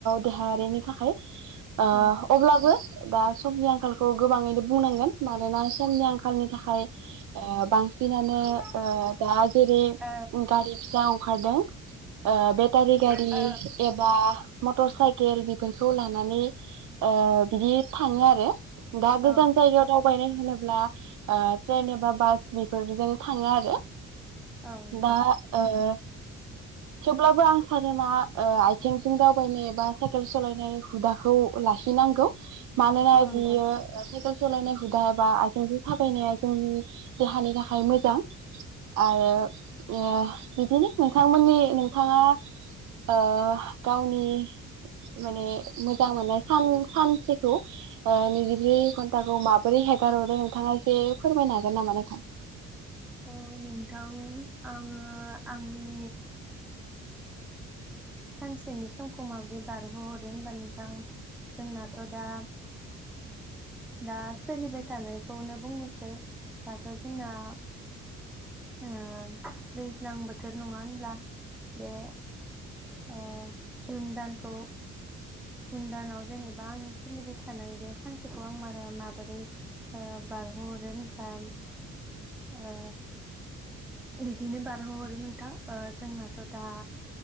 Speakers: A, on the right; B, in the centre.
A: देहायारिनि थाखाय। ओ।
B: औ
A: बो दा समनि आंखालखौ गोबाङैनो बुंनांगोन मानोना समनि आंखालनि थाखाय बांसिनानो
B: औ
A: दा जेरै
B: ओ
A: गारि फिसा <unintelligible> ओ बे सतारि गारि
B: औ
A: एबा। मटर साइकेल बेफोरखौ लानानै। ओ बिदि थाङो आरो। दा
B: औ
A: गोजान जायगायाव दावबायनाय। मानो होनोब्ला ओ ट्रेन एबा बास बेफोरजों थाङो आरो।
B: औ नोंथां
A: दा ओ। थेवब्लाबो आं। <unintelligible> आथिंजों दावबायनाय एबा साइकेल सालायनाय हुदाखौ लाखि। बिनांगौ। मानोना
B: औ
A: बियो।
B: नोंथां
A: सोलायनाय हुदा ए बा आथिंजों थाबायनाया जोंनि देहानि थाखाय मोजां आरो ओ बिदिनो नोंथांमोननि नोंथाङा ओ गावनि माने मोजां मोननाय। सान सानसेखौ। ओ नैजिब्रै घन्टाखौ माब्रै। बोरै हेगार हरदो नोंथाङा जे फोरमायनो हागोन नामा नोंथां।
B: अ नोंथां आङो आंनि। सानसेनि समखौ माबे बारहोहरो होनबा नोंथां जोंनाथ' दा दा सोलिबाय थानायखौनो बुंनोसै दाथ'। ना। ओआ दैज्लां बोथोर नङा होनोमब्ला। बे। आ जुन दानखौ। जुुन दानाव जेनेबा आंनि सोलिबाय थानाय बे सानसेखौ आं मारा माबोरै ओ बारहोहरो होनसां। ओ बिदिनो बारहोहरो नोंथां ओ जोंनाथ' दा